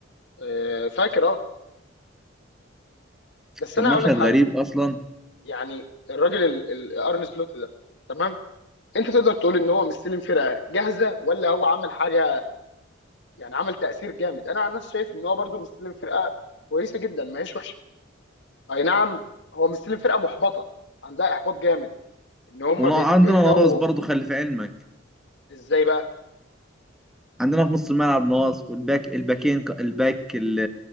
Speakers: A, on the left; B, in the centre.
A: آه فاكر اه بس
B: كان
A: انا
B: مشهد
A: هقول لك حاجه
B: غريب اصلا
A: يعني الراجل ال- ال- ارني سلوت ده تمام انت تقدر تقول ان هو مستلم فرقه جاهزه ولا هو عمل حاجه يعني عمل تأثير جامد انا عن نفسي شايف ان هو برضو مستلم فرقة كويسة جدا ما هيش وحشة اي نعم هو مستلم فرقة محبطة عندها احباط جامد ان هم
B: وعندنا
A: بيحرقوا
B: نواقص برضه خلي في علمك
A: ازاي بقى
B: عندنا في نص الملعب نواقص والباك الباكين الباك ال-